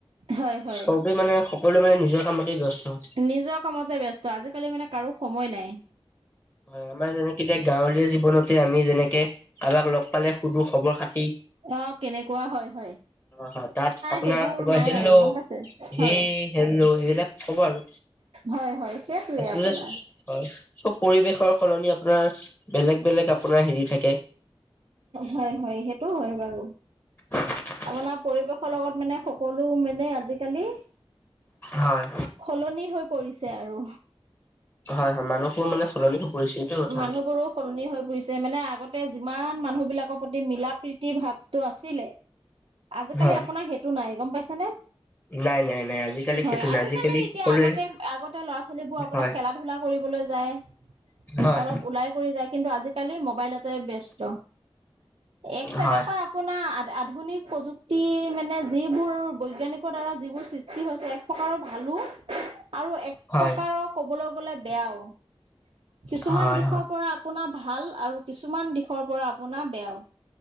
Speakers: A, on the right; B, on the left.
A: হয় হয়
B: চবেই মানে সকলোৱে মানে নিজৰ কামতে ব্যস্ত
A: নিজৰ কামতে ব্যস্ত আজিকালি মানে কাৰো সময় নাই।
B: হয় আমাৰ যেনেকে এতিয়া গাৱলীয়া জীৱনতে আমি যেনেকে কাবাক লগ পালে সুধো খবৰ খা
A: অ', কেনেকুৱা হয় হয়।
B: অ', হয় তাত আপোনাৰ
A: সেইবোৰ
B: কব
A: নাই
B: হেল্লো
A: আৰু গম পাইছে হয়
B: হেই হেল্লো সেইবিলাক ক'ব আৰু।
A: হয় হয় সেইটোৱে
B: আচলতে
A: আপোনাৰ।
B: হয় চব পৰিৱেশৰ সলনি আপোনাৰ বেলেগ বেলেগ আপোনাৰ হেৰি থাকে।
A: হয় হয় সেইটো হয় বাৰু।
B: <unintelligible>
A: আপোনাৰ পৰিৱেশৰ লগত মানে সকলো মানে আজিকালি
B: হয়।
A: সলনি হৈ পৰিছে আৰু।
B: হয় হয় মানুহো মানে সলনি হৈ পৰিছে এইটোৱে কথা।
A: মানুহবোৰো সলনি হৈ পৰিছে মানে আগতে যিমান মানুহ বিলাকৰ প্ৰতি মিলা প্ৰীতি ভাৱটো আছিলে আজিকালি
B: হয়।
A: আপোনাৰ সেইটো নাই গম পাইছে নে।
B: নাই নাই নাই আজিকালি
A: হয়
B: সেইটো নাই
A: আজিকালি এতিয়া
B: সকলোৱে
A: আগতে
B: হয়।
A: আগতে লৰা ছোৱালীবোৰ আপোনাৰ
B: হয়
A: খেলা ধূলা কৰিবলৈ যায়।
B: হয়।
A: অলপ ওলাই কৰি যায় কিন্তু আজিকালি মোবাইলতে ব্যস্ত এক চাইডৰ
B: হয়
A: পা আপোনাৰ আ আধুনিক প্ৰযুক্তি মানে যিবোৰ বৈজ্ঞানিকৰ দ্বাৰা যিবোৰ সৃষ্টি হৈছে এক- প্ৰকাৰৰ ভালো আৰু এক
B: হয়
A: প্ৰকাৰৰ ক'বলৈ গ'লে বেয়াও। কিছুমান
B: হয়
A: দিশৰ পৰা আপোনাৰ ভাল আৰু কিছুমান দিশৰ পৰা আপোনাৰ বেয়াও।